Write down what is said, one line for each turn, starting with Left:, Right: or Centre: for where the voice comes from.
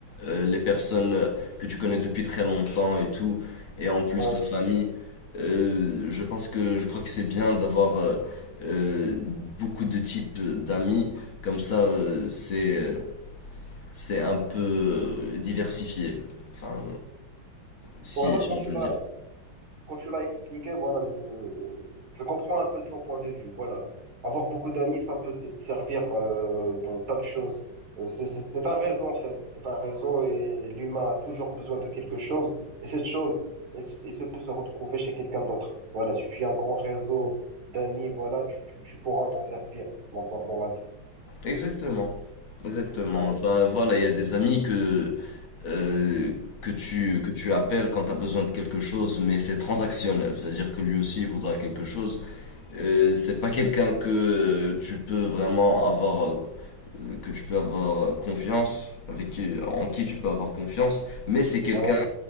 Left: euh, les personnes que tu connais depuis très longtemps et tout et en plus
Right: Ouais.
Left: la famille
Right: Ouais.
Left: euh, je pense que je crois que c'est bien d'avoir euh, euh, beaucoup de types d'amis. Comme ça, euh, c'est c'est un peu diversifié. Enfin, si,
Right: Voilà,
Left: si
Right: quand
Left: on
Right: tu
Left: peut
Right: l'as,
Left: le dire.
Right: quand tu l'as expliqué, voilà, je, je comprends un peu ton point de vue. Voilà. Avoir beaucoup d'amis, ça peut se- te servir euh, dans tas de choses. Euh, c'est c'est- c'est un réseau, en fait. C'est un réseau et l'humain a toujours besoin de quelque chose. Et cette chose, elle, s- elle se peut se retrouver chez quelqu'un d'autre. Voilà, si tu as un grand réseau d'amis, voilà, tu, tu, tu pourras t'en servir dans, dans la vie.
Left: Exactement. Exactement.
Right: Ouais.
Left: Enfin, voilà, il y a des amis que, euh, que tu, que tu appelles quand tu as besoin de quelque chose, mais c'est transactionnel. C'est-à-dire que lui aussi, il voudra quelque chose. Euh, c'est pas quelqu'un que euh, tu peux vraiment avoir, euh, que tu peux avoir confiance, avec qui, en qui tu peux avoir confiance, mais c'est quelqu'un
Right: Ouais.